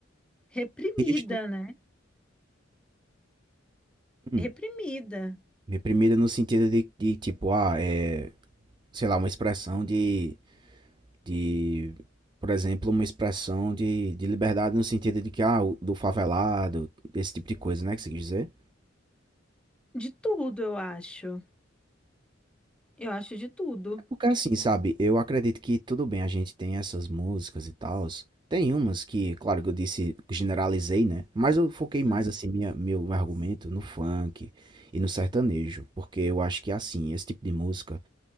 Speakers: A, in the centre; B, on the right (about 25°).
A: reprimida,
B: Rígida.
A: né?
B: Hum.
A: Reprimida.
B: Reprimida no sentido de, de tipo, ah, é, sei lá, uma expressão de de, por exemplo, uma expressão de, de liberdade no sentido de que, ah, o- do favelado, esse tipo de coisa, né, que você quis dizer?
A: De tudo, eu acho. Eu acho de tudo.
B: É porque assim, sabe, eu acredito que tudo bem, a gente tem essas músicas e tals. Tem umas que, claro que eu disse, generalizei, né? Mas eu foquei
A: Uhum,
B: mais, assim, minha, meu argumento no funk e no sertanejo. Porque eu acho que, assim, esse tipo de música